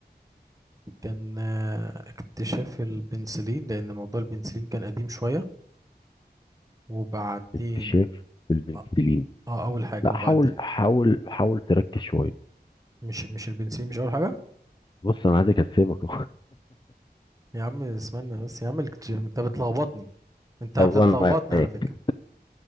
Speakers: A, on the right; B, on the left.
A: كان آه، اكتشاف البنسلين لأن موضوع البنسلين كان قديم شوية وبعدين
B: اكتشاف البنسلين
A: اه آه، اول حاجه
B: لا
A: وبعدين
B: حاول حاول حاول تركز شويه
A: مش مش البنسلين مش اول حاجه
B: بص انا عايزك اسيبك
A: يا عم اسمعني بس يا عم الكت- انت بتلخبطني انت بتتلخبطني
B: <laughs> طبعا معاك
A: على فكره